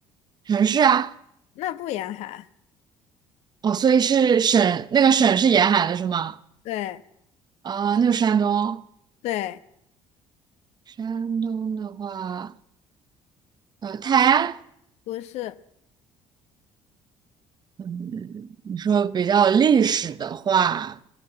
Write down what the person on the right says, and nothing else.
城市啊，
哦，所以是省，那个省是沿海的是吗？
啊、那个山东，
山东的话，呃，泰安，
嗯你说比较历史的话，